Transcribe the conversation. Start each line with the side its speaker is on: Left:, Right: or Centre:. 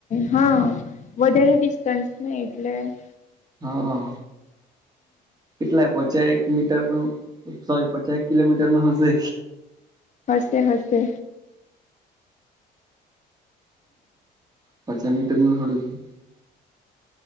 Left: હા વધારે ડિસ્ટન્સ નને એટલે -
Right: હા કેટલા પચાહેક - મીટર નું સોરી પચાસ એક કિલોમીટર નું હશે?
Left: હશે હશે.
Right: પાચાસ મીટર ન છોડું છું.